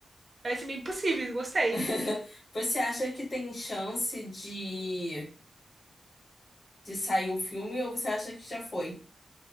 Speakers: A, on the right; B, on the left.
A: parecem bem possíveis, gostei.
B: <laughs> você acha que tem chance de, de sair um filme ou você acha que já foi?